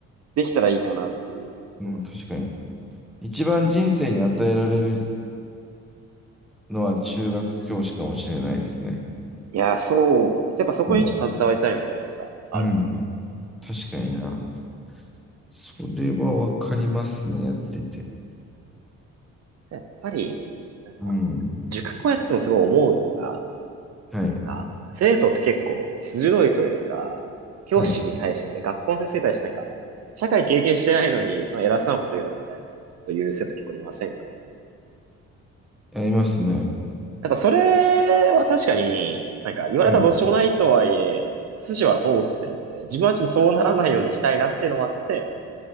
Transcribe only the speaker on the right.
できたらいいかなっていうところです。
いや、そうです。やっぱそこにちょっと携わりたいみたいなのがある。
でやっぱり、なんか、
塾校やっててもすごい思うのが、
か、生徒って結構鋭いというか、教師に対して、
学校の先生に対してなんか、社会経験してないのに、その偉そうなこと言うな、みたいな、という生徒結構いませんか
やっぱそれは確かに、なんか言われたらどうしようもないとはいえ、
筋は通ってるので、自分はちょっとそうならないようにしたいなっていうのもあって、